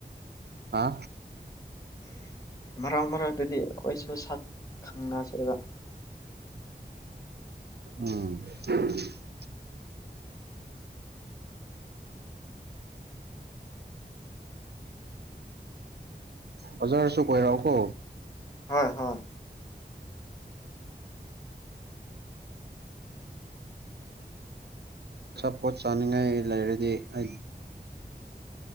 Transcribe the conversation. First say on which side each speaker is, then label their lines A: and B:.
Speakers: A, on the right (about 75°); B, on the left (about 20°).
A: ꯍꯥ
B: ꯃꯔꯛ ꯃꯔꯛꯇꯗꯤ ꯑꯩꯈꯣꯏꯁꯨ ꯁꯛ ꯈꯪꯅꯁꯦꯕ
A: ꯎꯝ <inaudible> ꯕꯖꯥꯔꯁꯨ ꯀꯣꯏꯔꯛꯎꯀꯣ
B: ꯍꯣꯏ ꯍꯣꯏ
A: ꯑꯆꯥꯥꯄꯣꯠ ꯆꯥꯅꯤꯡꯉꯥꯏ ꯂꯩꯔꯗꯤ ꯑꯩ